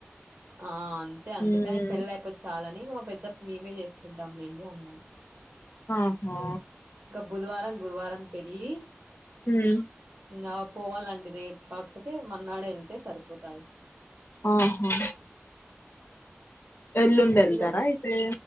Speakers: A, on the right; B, on the left.
A: ఆ అంతే అందుకని
B: హ్మ్.
A: పెళ్ళియిపోతే చాలని మా పెద్దప్ప మేమే జేసుకుంటాంలేండి అన్నాడు
B: ఆహా
A: బుదువారం గురువారం పెళ్లి
B: ఉమ్మ్
A: ఇంగా పోవాలండి రేపు కాకపోతే మన్నాడే వెళ్ ఉంటే సరిపోతాది
B: ఆహా! ఎల్లుండి ఎళ్తారా
A: ఇరో
B: అయితే?